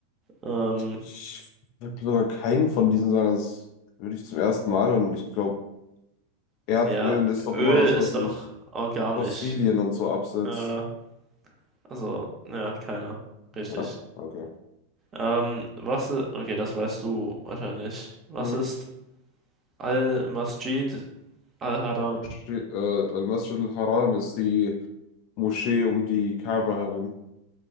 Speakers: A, on the right; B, on the left.
A: Ähm,
B: Ich würde sogar keinen von diesen sagen. Das würde ich zum ersten Mal. Und ich glaube, Erdöl
A: ja,
B: ist doch
A: Öl
B: immer was,
A: ist
B: was sich
A: doch organisch.
B: Fossilien und so absetzt.
A: Äh, Also, ja, keiner. Richtig.
B: Ja, okay.
A: Ähm, was, i- okay, das weißt du wahrscheinlich. Was
B: Mhm.
A: ist Al-Masjid Al-Haram?
B: Moschee, äh, Al-Masjid al-Haram ist die Moschee um die Kaaba herum.